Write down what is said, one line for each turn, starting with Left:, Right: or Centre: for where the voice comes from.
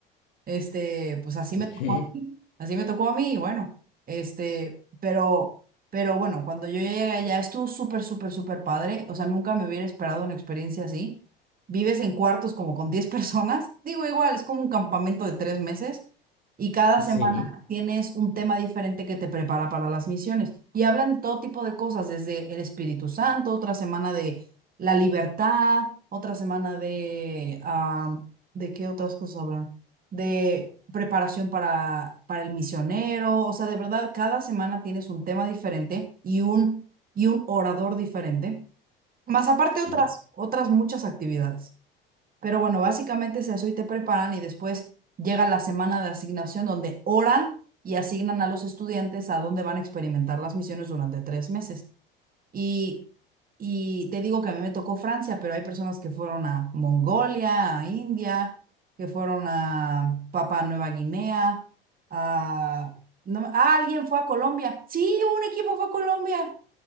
Right: Este, pues así
Left: ok,
Right: me tocó a mí, así me tocó a mí, y bueno, este, pero, pero bueno, cuando yo llegué allá estuvo súper, súper, súper padre, o sea, nunca me hubiera esperado una experiencia así. Vives en cuartos como con 10 <laughs> personas, digo igual, es como un campamento de tres meses y cada
Left: sí,
Right: semana tienes un tema diferente que te prepara para las misiones y hablan de todo tipo de cosas, desde el Espíritu Santo, otra semana de la libertad, otra semana de, ah, ¿de qué otras cosas hablan? de preparación para, para el misionero, o sea, de verdad, cada semana tienes un tema diferente y un, y un orador diferente, más aparte
Left: sí,
Right: otras, otras muchas actividades. Pero bueno, básicamente es eso y te preparan y después llega la semana de asignación donde oran y asignan a los estudiantes a dónde van a experimentar las misiones durante tres meses. Y, y te digo que a mí me tocó Francia, pero hay personas que fueron a Mongolia, a India, que fueron a Papua Nueva Guinea, a... no me- ah, alguien fue a Colombia. Sí, un equipo fue a Colombia.